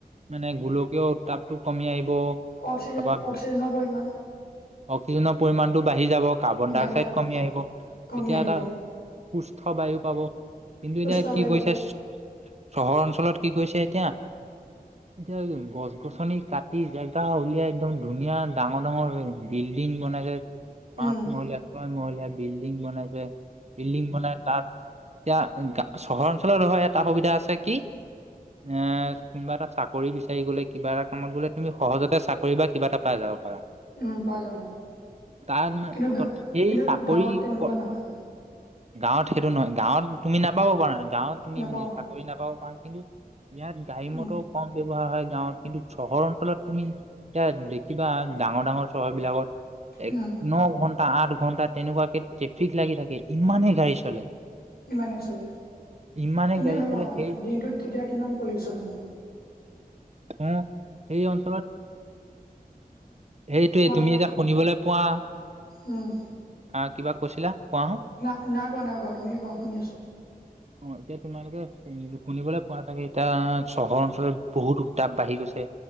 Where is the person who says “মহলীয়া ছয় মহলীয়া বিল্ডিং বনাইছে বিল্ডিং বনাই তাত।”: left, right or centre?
Right